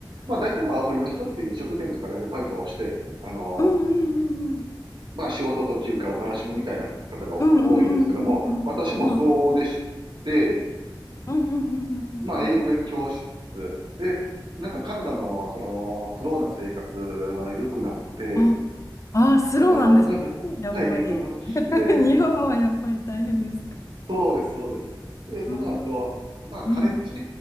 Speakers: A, on the right; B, on the left.
A: まあ、大体はアホリの人って飲食店とかでアルバイトをして、あの
B: うんうんうんうん。
A: まあ仕事と休暇を楽しむみたいな方が多いんですけども、
B: うんうんうんうん
A: 私もそうでして、
B: うんうんうんうんうんうんはいうんうんうんうんうんうん。
A: まあ英語勉強しつつ、で、なんかカナダのそのスローな生活が良くなって、
B: あ、あー、スローなんです。
A: あの、<laughs>
B: やっぱり。
A: はい、その、
B: <laughs>
A: で、
B: 日本はやっぱり大変ですか。
A: そうです、そうです。で、その後、
B: うん。
A: まあカレッジ
B: うん。